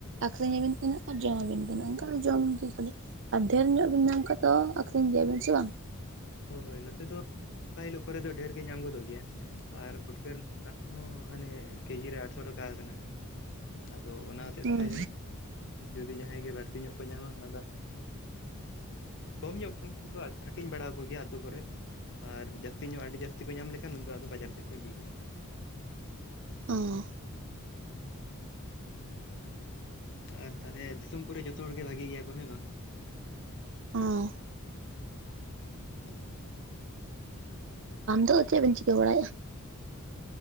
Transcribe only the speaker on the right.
ᱟᱠᱷᱨᱤᱧ ᱟᱹᱵᱤᱱ ᱛᱤᱱᱟᱹᱜ ᱟᱨ ᱡᱚᱢ ᱟᱵᱤᱱ ᱛᱤᱱᱟᱹᱜ ᱮᱱᱠᱷᱟᱱ ᱡᱚᱢ ᱜᱮ ᱠᱷᱟᱹᱞᱤ᱾ ᱟᱨ ᱰᱷᱮᱨ ᱧᱚᱜ ᱵᱤᱱ ᱧᱟᱢ ᱠᱷᱟᱡ ᱫᱚ ᱟᱹᱠᱷᱨᱤᱧ ᱜᱮᱭᱟᱵᱤᱱ ᱥᱮ ᱵᱟᱝ?
ᱦᱩᱸ
ᱚᱻ
ᱦᱚᱸ
ᱟᱢ ᱫᱚ ᱪᱮᱫ ᱠᱚᱢ ᱪᱤᱠᱟᱹ ᱵᱟᱲᱟᱭᱮᱫᱼᱟ